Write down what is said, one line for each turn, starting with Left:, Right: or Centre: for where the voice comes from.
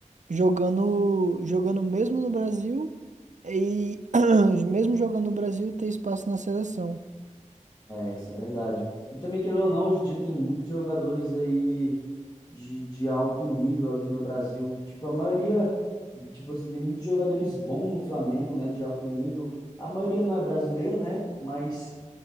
Right: jogando, jogando mesmo no Brasil e <clears throat> mesmo jogando no Brasil ter espaço na seleção.
Left: É, isso é verdade. E também, querendo ou não, hoje em dia tem muitos jogadores aí de, de alto nível aqui no Brasil. Tipo, a maioria, tipo assim, tem muitos jogadores bons no Flamengo, né, de alto nível. A maioria não é brasileiro, né, mas,